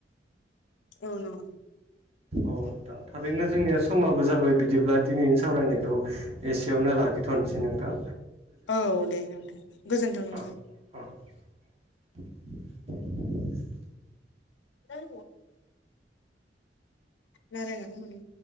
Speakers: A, on the left; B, on the right.
A: औ नो
B: औ नोंथां थारैनो जोंनिया समाबो जाबाय बिदिब्ला दिनैनि सावरायनायखौ एसेयावनो लाखिथनोसै नोंथां।
A: औ दे नोंथां गोजोनथों नोंथां।
B: अ अ <inaudible>
A: औ नारायनायखौ मोनो।